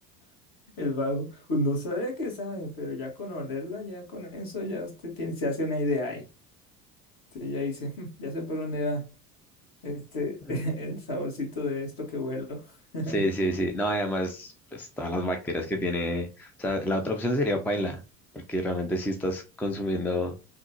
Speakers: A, on the left; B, in the centre.
A: el vago. pues, no sabe a qué sabe, pero ya con olerla, ya con eso, ya usted tiene, se hace una idea ahí. Usted ya dice, <laughs> "Mm, ya sé por dónde va este,
B: Eh,
A: <laughs> el saborcito de esto que huelo. <laughs>
B: Sí, sí, sí. No, además, pues todas las bacterias que tiene. O sea, la otra opción sería paila, porque realmente si estás consumiendo